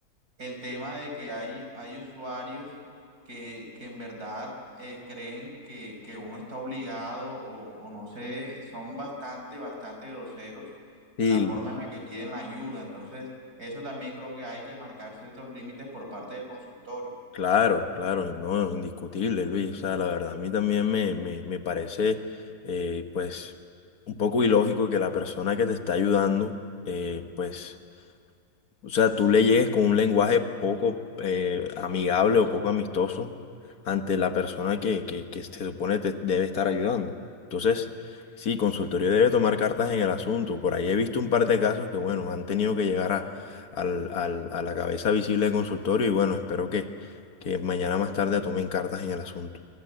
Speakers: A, on the right (about 65°); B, on the left (about 65°).
A: el tema de que hay, hay usuarios que, que en verdad eh, creen que, que, uno está obligado o, o, no sé, son bastante, bastante groseros
B: sí.
A: en la forma en la que piden la ayuda. Entonces, eso también creo que hay que marcar ciertos límites por parte del consultorio.
B: Claro, claro, no, indiscutible, Luis. O sea, la verdad, a mí también me, me, me parece, eh, pues, un poco ilógico que la persona que te está ayudando, eh, pues, o sea, tú le llegues con un lenguaje poco eh, amigable o poco amistoso ante la persona que, que, que se supone te debe estar ayudando. Entonces, sí, consultorio debe tomar cartas en el asunto. Por ahí he visto un par de casos que, bueno, han tenido que llegar a, al- al- a la cabeza visible de consultorio y bueno, espero que, que mañana más tarde tomen cartas en el asunto.